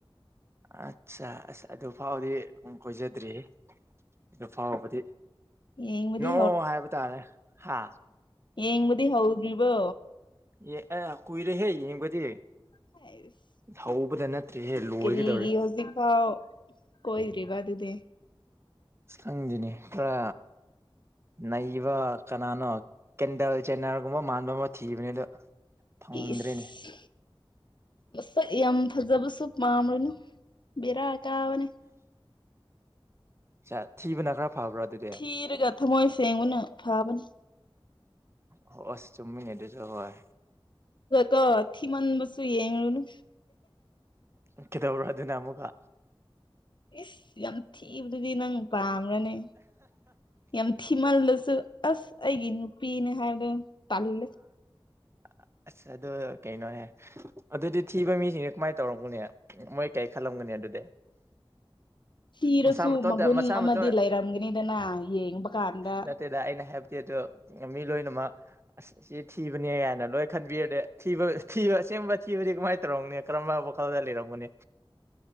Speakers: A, on the right; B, on the left.
A: ꯑꯠꯆꯥ ꯑꯁ ꯑꯗꯨ ꯐꯥꯎꯗꯤ ꯀꯣꯏꯖꯗ꯭ꯔꯤ ꯍꯦ ꯑꯗꯨ ꯐꯥꯎꯕꯗꯤ꯫
B: ꯌꯦꯡꯕꯗꯤ
A: ꯅꯣ ꯍꯥꯏꯕ ꯇꯥꯔꯦ ꯍꯥ꯫
B: ꯌꯦꯡꯕꯨꯗꯤ ꯍꯧꯗ꯭ꯔꯤꯕꯣ꯫
A: ꯌꯦ ꯑꯦ ꯀꯨꯏꯔꯦ ꯍꯦ ꯌꯦꯡꯕꯗꯤ꯫
B: ꯍꯥꯏꯁ꯫
A: ꯍꯧꯕꯗ ꯅꯠꯇ꯭ꯔꯦꯍꯦ ꯂꯣꯏꯒꯗꯧꯔꯦ
B: ꯀꯔꯤꯒꯤ ꯍꯧꯖꯤꯛ ꯐꯥꯎ ꯀꯣꯏꯗ꯭ꯔꯤꯕ ꯑꯗꯨꯗꯤ꯫
A: ꯈꯪꯗꯦꯅꯦ ꯈꯔ ꯅꯩꯕ ꯀꯅꯥꯅꯣ ꯀꯦꯟꯗꯜ ꯆꯦꯟꯅꯔꯒꯨꯝꯕ ꯃꯥꯟꯕ ꯑꯃ ꯊꯤꯕꯅꯤ ꯑꯗꯣ ꯐꯪꯗ꯭ꯔꯦꯅꯦ
B: ꯏꯁ ꯃꯁꯛ ꯌꯥꯝ ꯐꯖꯕꯁꯨ ꯄꯥꯝꯔꯅꯨ ꯕꯦꯔꯥ ꯀꯥꯕꯅꯤ꯫
A: ꯆ ꯊꯤꯕꯅ ꯈꯔ ꯐꯕ꯭ꯔꯥ ꯑꯗꯨꯗꯤ
B: ꯊꯤꯔꯒ
A: ꯑꯣ
B: ꯊꯃꯣꯏ ꯁꯦꯡꯕꯅ ꯐꯥꯕꯅꯤ꯫
A: ꯑꯣ ꯑꯁ ꯆꯨꯝꯃꯤꯅꯦ ꯗꯨꯁꯨ ꯍꯣꯏ꯫
B: ꯀꫭ ꯊꯤꯃꯟꯕꯁꯨ ꯌꯦꯡꯔꯨꯅꯨ꯫
A: ꯎꯝ ꯀꯩꯗꯧꯔꯣ ꯑꯗꯨꯅ ꯑꯃꯨꯛꯀ꯫
B: ꯏꯁ ꯌꯥꯝ ꯊꯤꯕꯗꯨꯗꯤ ꯅꯪ ꯄꯥꯝ ꯔꯅꯦ ꯌꯥꯝ ꯊꯤꯃꯜꯂꯁꯨ ꯑꯁ ꯑꯩꯒꯤ ꯅꯨꯄꯤꯅꯦ ꯍꯥꯏꯕꯗꯣ ꯇꯜꯂꯦ꯫
A: <unintelligible> ꯑꯁ ꯑꯗꯨ ꯀꯩꯅꯣꯍꯦ ꯑꯗꯨꯗꯤ ꯊꯤꯕ ꯃꯤꯁꯤꯡꯁꯦ ꯀꯃꯥꯏ ꯇꯧꯔꯝꯒꯅꯤ ꯃꯣꯏ ꯀꯩ ꯈꯜꯂꯝꯒꯅꯤ꯫ ꯑꯗꯨꯗꯤ
B: ꯊꯤꯔꯁꯨ
A: ꯃꯁꯥ ꯃꯇꯣꯟꯇ
B: ꯃꯒꯨꯟ
A: ꯃꯁꯥ
B: ꯑꯃꯗꯤ
A: ꯃꯇꯣꯟ
B: ꯂꯩꯔꯝꯒꯅꯤꯗꯅ ꯌꯦꯡꯕ ꯀꯥꯟꯗ
A: ꯅꯠꯇꯦꯗ ꯑꯩꯅ ꯍꯥꯏꯕꯗꯤ ꯗ ꯑ ꯃꯤ ꯂꫭꯏ ꯨꯃꯛ ꯑꯁ ꯑꯁꯤ ꯊꯤꯕꯅꯦ ꯀꯥꯏꯅ ꯂꯣꯏ ꯈꯟꯕꯤꯔꯗꯤ ꯊꯤꯕ ꯊꯤꯕ ꯑꯁꯦꯡꯕ ꯊꯤꯕꯗꯤ ꯀꯃꯥꯏ ꯇꯧꯔꫭꯡꯅꯦ ꯀꯔꯝꯕ ꯋꯥꯈꯜꯗ ꯂꯩꯔꯝꯒꯅꯤ꯫